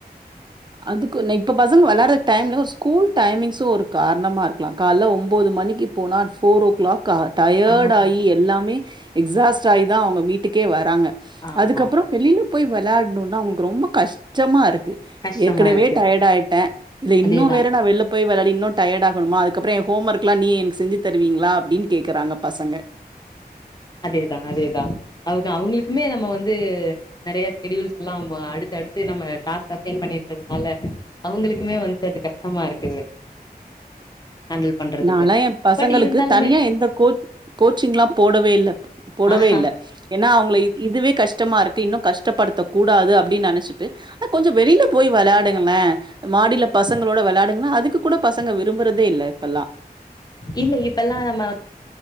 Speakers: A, on the right (about 25°); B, on the left (about 25°).
A: அதுக்கு ஒண்ணு இப்ப பசங்க வெளையாடுற டைம்ல ஸ்கூல் டைமிங்சு ஒரு காரணமா இருக்கலா கால்ல ஒம்போது மணிக்கி போன அட் ஃபோரோ ஓ கிளாக் கா டயர்ட்
B: ஆமா
A: ஆகி எல்லாமே எக்ஸாஸ்ட் ஆகி தா அவுங்க வீட்டுக்கே வராங்க
B: ஆமா
A: அதுக்கப்பறோ வெளில போய் வெளயாடணுனா அவுங்களுக்கு ரொம்ப கஷ்டமாருக்கு
B: கஷ்டமா
A: ஏற்கனவே
B: இருக்கு
A: டயர்ட் ஆயிட்டே இதுல
B: அதேதா
A: இன்னு வேற நா வெள்ல போய் வெளாடி இன்னு டயர்டா ஆகணுமா அதுக்கப்றோ எ ஹோம்ஒர்க்லா நீ எனக்கு செஞ்சு தருவீங்களா அப்டின் கேட்குறாங்க பசங்க
B: அதேதா அதேதா அவுக அவுங்களுக்குமே நம்ம வந்து நெறைய ஷெடியூல்ஸ் எல்லா அடுத்து அடுத்து நம்ம டாஸ்க் அசைன் பண்ணிருக்கதுனால அவுங்களுக்குமே வந்துட்டு அது கஷ்டமா இருக்குது ஹேண்டில் பண்றதுக்கு
A: நாலா எ பசங்களுக்கு
B: பட் இருந்தாலுமே
A: தனியா எந்த கோச் கோச்சிங்லா போடவே இல்ல போடவே
B: ஆஹா
A: இல்ல ஏனா அவுங்கள இது இதுவே கஷ்டமாருக்கு இன்னு கஷ்டப்படுத்த கூடாது அப்டின் நெனச்சிட்டு ஆ கொஞ்சோ வெளில போய் வெளாடுங்களே மாடில பசங்களோட வெளாடுங்கனா அதுக்கு கூட பசங்க விரும்புறதே இல்ல இப்பல்லா
B: இல்ல இப்பெல்லா நம்ம